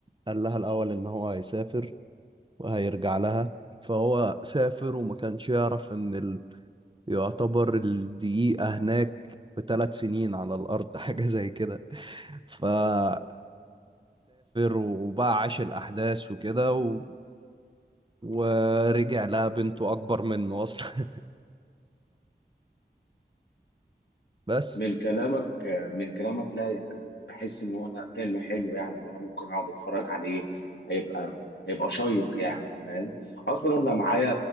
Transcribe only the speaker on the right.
قال لها الأول إن هو هيسافر وهيرجع لها فهو سافر وما كانش يعرف ان ال... يعتبر الدقيقة هناك بثلاث سنين على الأرض <laughs> حاجة زي كده فسافر وبقى عاش الأحداث وكده و... ورجع لها بنته أكبر منه أصلا <laughs> بس